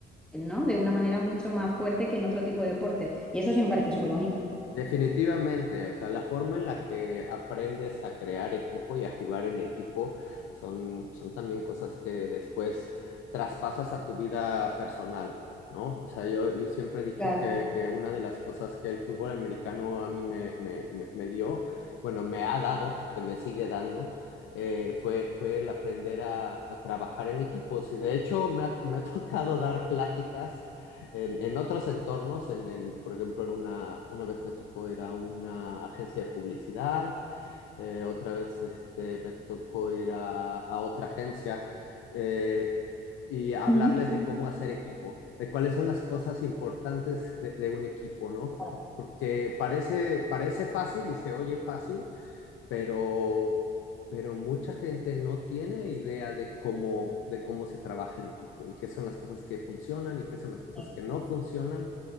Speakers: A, in the centre; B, on the left.
A: ¿no? De una manera mucho más fuerte que en otro tipo de deportes. Y eso sí me parece súper bonito.
B: Definitivamente, o sea, la forma en la que aprendes a crear equipo y a jugar en equipo son, son también cosas que después traspasas a tu vida personal, ¿no? O sea, yo, yo siempre he dicho
A: Claro.
B: que, que una de las cosas que el fútbol americano a mí me, me, me- me dio, bueno, me ha dado, porque me sigue dando, eh, fue, fue el aprender a, a trabajar en equipos. Y de hecho me ha, me ha <laughs> tocado dar pláticas en, en otros entornos, en, en- por ejemplo, en una, una vez me tocó ir a una agencia de publicidad, eh, otra vez este, me tocó ir a, a otra agencia eh, y hablarles
A: Ujú.
B: de cómo hacer equipo, de cuáles son las cosas importantes de, de un equipo, ¿no? Co-
A: Claro.
B: Porque parece, parece fácil y se oye fácil, pero, pero mucha gente no tiene idea de cómo, de cómo se trabaja en equipo y qué son las cosas que funcionan y qué son las cosas
A: Sí.
B: que no funcionan